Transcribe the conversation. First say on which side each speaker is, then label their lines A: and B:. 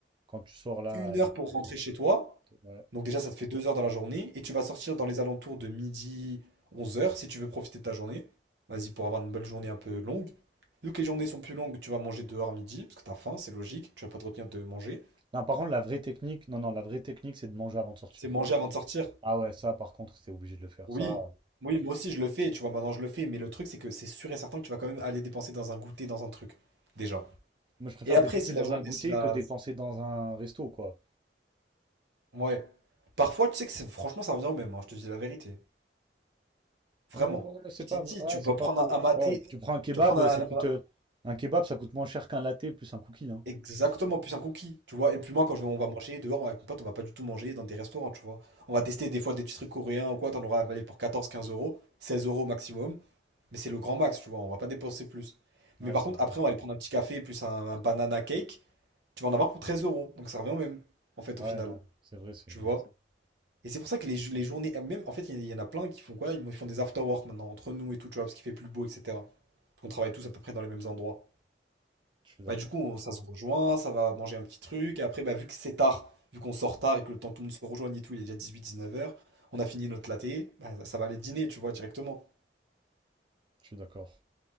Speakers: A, on the right (about 30°); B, on the right (about 70°).
A: quand tu sors là.
B: une heure pour rentrer chez toi.
A: euh, ouais.
B: Donc déjà, ça te fait deux heures dans la journée. Et tu vas sortir dans les alentours de midi, onze heures si tu veux profiter de ta journée. Vas-y, pour avoir une belle journée un peu longue. Vu que les journées sont plus longues, tu vas manger dehors à midi, parce que t'as faim, c'est logique. Tu vas pas te retenir de manger.
A: Non, par contre, la vraie technique, non, non, la vraie technique, c'est de manger avant de sortir.
B: C'est manger avant de sortir.
A: Ah ouais, ça, par contre, c'est obligé de le faire.
B: Oui,
A: Ça,
B: oui, moi aussi, je le fais. Tu vois, maintenant, je le fais. Mais le truc, c'est que c'est sûr et certain que tu vas quand même aller dépenser dans un goûter, dans un truc. Déjà.
A: moi, je préfère
B: Et après,
A: dépenser
B: si la
A: dans
B: journée,
A: un goûter
B: si la,
A: que dépenser dans un resto, quoi.
B: Ouais. Parfois, tu sais que c'est franchement, ça revient au même, hein, je te dis la vérité. Vraiment.
A: Euh, ouais, c'est
B: Je
A: pas,
B: t'ai dit,
A: ouais,
B: tu
A: c'est
B: peux
A: pas
B: prendre
A: faux.
B: un un maté,
A: Ouais, tu prends un kebab,
B: tu peux prendre un,
A: ça coûte,
B: un-
A: euh, un kebab, ça coûte moins cher qu'un latte plus un cookie, hein.
B: exactement, plus un cookie, tu vois. Et puis moi, quand je, on va manger dehors avec mon pote, on va pas du tout manger dans des restaurants, tu vois. On va tester des fois des petits trucs coréens ou quoi, t'en auras avalé pour quatorze quinze euros, 16 euros maximum. Mais c'est le grand max, tu vois, on va pas dépenser plus. Mais
A: Ouais,
B: par
A: c'est
B: contre,
A: vrai.
B: après, on va aller prendre un petit café plus un, un banana cake, tu vas en avoir pour 13 euros. Donc ça revient au même, en fait,
A: Ouais,
B: au final.
A: non, c'est vrai, c'est
B: Tu
A: vrai.
B: vois. Et c'est pour ça que les, jou- les journées, euh, même en fait, il y, en a plein qui font quoi? Ils font des after work maintenant, entre nous et tout, tu vois, parce qu'il fait plus beau, etc. Parce qu'on travaille tous à peu près dans les mêmes endroits.
A: Je suis d'accord.
B: Bah, du coup, on- ça se rejoint, ça va manger un petit truc. Et après, bah, vu que c'est tard, vu qu'on sort tard et que le temps que tout le monde se rejoigne et tout, il est déjà dix-huit dix-neuf heures, on a fini notre latte, bah, ça va aller dîner, tu vois, directement.
A: Je suis d'accord.